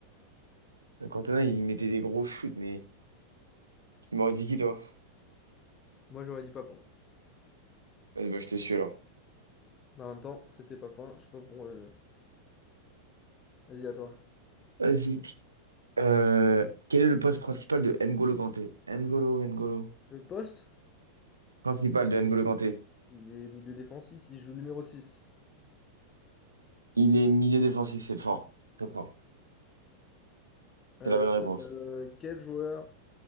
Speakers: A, on the right; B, on the left.
A: Le Cantona, il mettait des gros shoots, mais tu m'aurais dit qui, toi?
B: Moi, j'aurais dit Papin.
A: Vas-y, bah, je te suis alors.
B: Mais en même temps, c'était pas point. Je sais pas pourquoi. euh, Vas-y, à toi.
A: Vas-y. Euh, quel est le poste principal de N'Golo Kanté? N'Golo, N'Golo.
B: Le poste,
A: Principal de N'Golo Kanté.
B: il est milieu défensif, il joue numéro six.
A: Il est milieu défensif, c'est fort. Très fort.
B: Euh,
A: C'est la bonne réponse.
B: euh, quel joueur